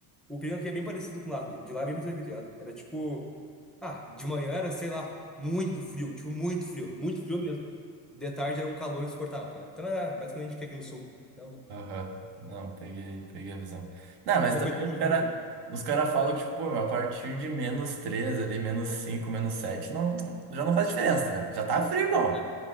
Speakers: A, in the centre; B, on the right.
A: O clima aqui é bem parecido com lá. né? De lá é bem parecido aqui, tá ligado? Era tipo. Ah, de manhã era, sei lá, muito frio. Tipo, muito frio. Muito frio mesmo. De tarde era um calor insuportável, tá ligado? Então era basicamente o que é aqui no sul. Então,
B: Aham, Não, peguei, peguei a visão. Não,
A: então
B: mas
A: não
B: também
A: foi tão difícil
B: os cara,
A: pra mim.
B: os cara falam que, tipo, pô, meu, a partir de menos 3 ali, menos 5, menos 7, não, já não faz diferença, né? Já tá frio igual.
A: Não, é.